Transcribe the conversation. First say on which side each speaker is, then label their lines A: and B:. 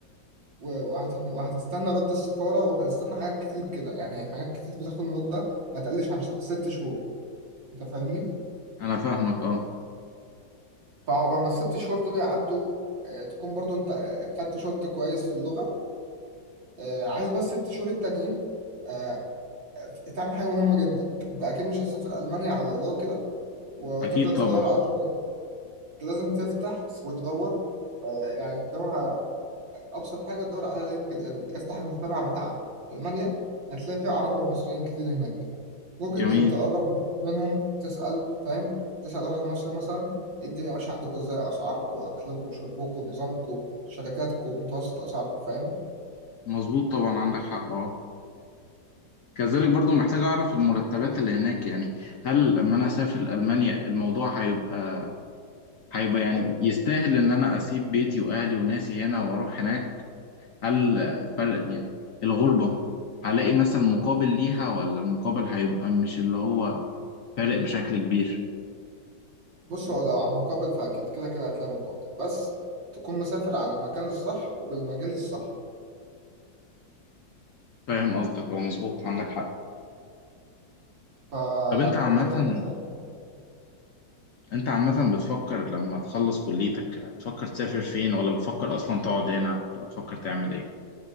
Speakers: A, on the right; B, on the left.
A: و- وهت... وهتستنى رد السفارة وهتستنى حاجات كتير كده يعني حاجات كتير بتاخد مدة ما تقلش عن ش- ست شهور انت فاهمني
B: انا فاهمك اه
A: فعقبال ما الست شهور دول يعدوا آه، تكون برضو انت آه، خدت شوط كويس في اللغة آه، عايز بس ست شهور التانيين آه، تعمل حاجة مهمة جدا انت اكيد مش هتسافر ألمانيا على الله كده وتفضل
B: اكيد طبعا
A: تدور على شغل انت لازم تفتح وتدور آه، يعني تدور على ابسط حاجه تدور على لينكد ان افتح المجتمع بتاع المانيا هتلاقي فيه عرب ومصريين كتير هناك ممكن
B: جميل
A: ت- تقرب منهم تسال فاهم تسال واحد مصري مثلا إيه الدنيا ماشيه عندكم ازاي اسعاركم اكلكم شربكم نظامكم شركاتكم متوسط اسعاركم فاهم
B: مظبوط طبعا عندك حق اه كذلك برضو محتاج اعرف المرتبات اللي هناك يعني هل لما انا اسافر المانيا الموضوع هيبقى هيبقى يعني يستاهل ان انا اسيب بيتي واهلي وناسي هنا واروح هناك هل آه، فرق يعني الغربه هلاقي مثلا مقابل ليها ولا المقابل هيبقى مش اللي هو فارق بشكل كبير
A: فبص هو لو على المقابل فاكيد كده كده هتلاقي مقابل بس تكون مسافر على المكان الصح وبالمجال الصح
B: فاهم قصدك اه مظبوط عندك حق
A: فيعني
B: طب انت عامة
A: انت مثلا
B: انت عامة بتفكر لما تخلص كليتك تفكر تسافر فين ولا بتفكر اصلا تقعد هنا ولا بتفكر تعمل ايه